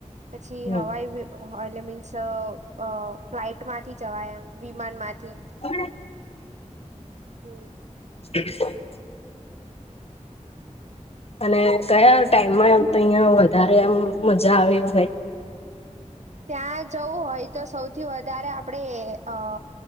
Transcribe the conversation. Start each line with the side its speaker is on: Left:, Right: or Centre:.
Right: પછી
Left: હમ
Right: હવાઈ એટલે મીન્સ અ ફ્લાઇટમાંથી જવાય એમ વિમાનમાંથી.
Left: હમ <inaudible>
Right: હમ.
Left: બ <inaudible> અને કયા ટાઈમમાં તહિયાં વધારે આમ મજા આવે હોય?
Right: ત્યાં જવું હોય તો સૌથી વધારે આપણેે અ